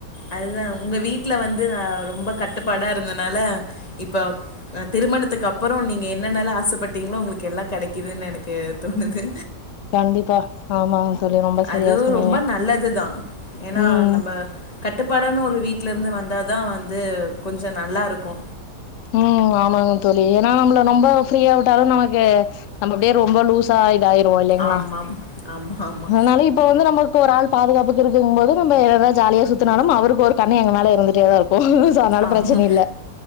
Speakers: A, on the left (about 25°); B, on the left (about 75°).
A: அதுதா உங்க வீட்ல வந்து ந ரொம்ப கட்டுப்பாடா இருந்தனால இப்ப அ திருமணத்துக்கு அப்புறோ நீங்க என்னென்னலா ஆ சப் பட்டீங்ளோ உங்களுக்கு எல்லா கெடைக்குதுன் எனக்கு தோணுது
B: கண்டிப்பா ஆமாங்க தோழி ரொம்ப சரியா
A: அதுவு
B: சொன்னீங்க
A: ரொம்ப நல்லதுதா ஏனா
B: ம்
A: நம்ம கட்டுப்பாடான ஒரு வீட்லருந்து வந்தாதா வந்து கொஞ்சோ நல்லாருக்கு
B: ம் ஆமாங்க தோழி ஏனா நம்ப்ள ரொம்ப ஃப்ரீயா விட்டாலு நமக்கு நம்ம அப்டியே ரொம்ப லூஸா இதாயிருவோ இல்லைங்களா
A: ஆமாம் ஆமா ஆமா
B: அதுனால இப்ப வந்து நம்மளு க்கு ஒரு ஆள் பாதுகாப்புக்கு இருக்குங்போது நம்ம எதா ஜாலியா சுத்துனாலு அவருக்கு ஒரு கண்ணு எங்கமேல இருந்துட்டேதா இருக்கு சோ அத்னால
A: ஆமா
B: ப்ரெச்சன இல்ல